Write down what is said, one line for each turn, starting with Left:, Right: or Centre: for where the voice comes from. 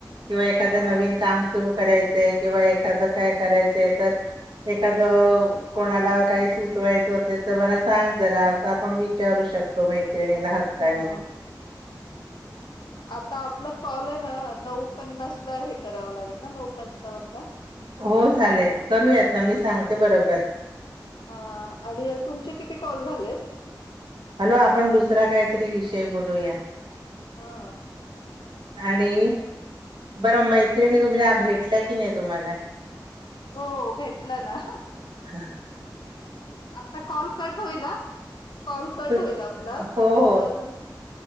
Right: किंवा एखादं
Left: हां,
Right: नवीन काम सुरू करायचयं किंवा एखादं काय करायचंय तर, एखादं कोणाला काय सुचवायचं असेल तर, मला सांग जरा असं आपण विचारू शकतो मैत्रिणीला. हक्काने.
Left: हं आता आपला कॉल आहे ना, नऊ पन्नास ला हे करावं लागेल ना, नऊ पंचावन्न ला?
Right: हो चालेल करूयात ना मी सांगते
Left: हां
Right: बरोबर.
Left: हां आणि तुमचे किती कॉल झालेत?
Right: हॅलो, आपण दुसरा काहीतरी विषय बोलूया.
Left: हां
Right: आणि बरं मैत्रिणी तुमच्या भेटल्या की नाही तुम्हाला?
Left: हो भेटलं ना.
Right: हं
Left: आता कॉल कट होईल हा? कॉल कट
Right: सुट
Left: होईल आपला.
Right: हो
Left: नऊ
Right: हो
Left: वाजून